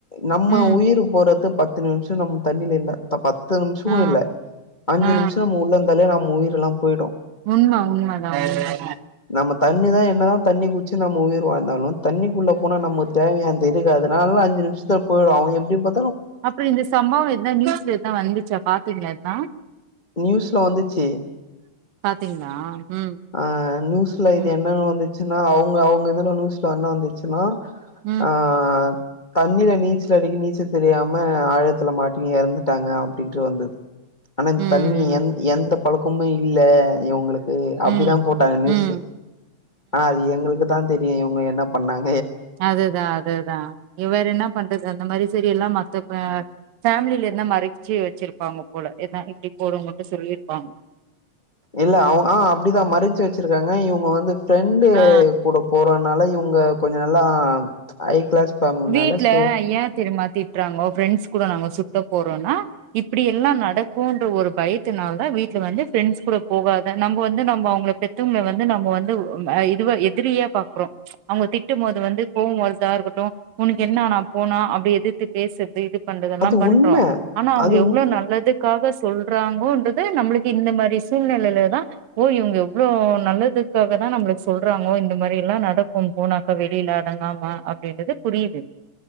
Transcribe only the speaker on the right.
ம்
ஆ
ஆ
உண்ம உண்மதான் உண்ம தான்
அப்புறம் இந்த சம்பவம் எந்த நியூஸ்ல எதும் வந்துச்சா பாத்தீங்களா எதும்
பாத்தீங்களா ம்
ம்
ம்
ம்
ம்
ம்
அதுதான் அதுதான் இவர் என்ன பண்றது அந்த மாரி செரி எல்லாம் மத்த ஃபேமிலில எதனா மறச்சு வச்சிருப்பாங்க போல எதா இப்டி போடுனு மட்டும் சொல்லியிருப்பாங்க
ஆ
வீட்ல
ஏன் தெரிமா திட்டுறாங்கோ ஃப்ரெண்ட்ஸ் கூட நாங்க சுத்த போறோம்னா இப்டி எல்லாம் நடக்கும்ன்ற ஒரு பயத்தினால வீட்ல வந்து ஃப்ரெண்ட்ஸ் கூட போகாத நம்ம வந்து நம்ம அவுங்க பெத்தவங்கள வந்து நம்ம வந்து இதுவா எதிரியா பாக்குறோம் அவுங்க திட்டும் போது வந்து கோவம் வரதா இருக்கட்டும் உனக்கு என்னா நான் போனா அப்டி எதித்து பேசுறது பண்றதெல்லாம்
பண்றோம்
ஆனா அவுங்க
எவ்ளோ
நல்லதுக்காக சொல் றாங்கோன்றது நம்மளுக்கு இந்த மாரி சூழ்நிலையில தான் ஓ இவுங்க இவ்ளோ நல்லதுக்காக தான் நம்மளுக்கு சொல்றாங்கோ இந்த மாரி எல்லாம் நடக்கும் போனாக்கா வெளியில அடங்காம அப்டின்றது புரியுது